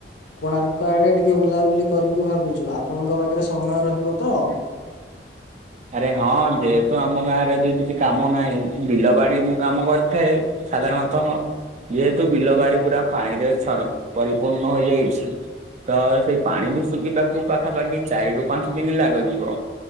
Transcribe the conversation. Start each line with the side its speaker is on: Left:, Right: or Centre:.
Left: କୋଣାର୍କ ଆଡେ ଟିକେ ବୁଲାବୁଲି କରିବୁ ଭାବିଚୁ ଆ ପଣଙ୍କ ପାଖେରେ ସମୟ ରହିବ ତ।
Right: ଆରେ ହଁ ଯେହେତୁ ଆମ ଗାଁରେ ବି କିଛି କାମ ନାହିଁ ବିଲ ବାଡି ମୁଁ କାମ କରିଥାଏ। ସାଧାରଣତଃ ଯେହେତୁ ବିଲ ବାଡି ପୁରା ପାଣିରେ ଛା <unintelligible> ପରିପୂର୍ଣ୍ଣ ହୋଇଯାଇଛି ତ ସେଇ ପାଣି ବି ଶୁଖିବାକୁ ପାଖାପାଖି ଚାରିରୁ ପାଞ୍ଚ ଦିନ ଲାଗଯିବ।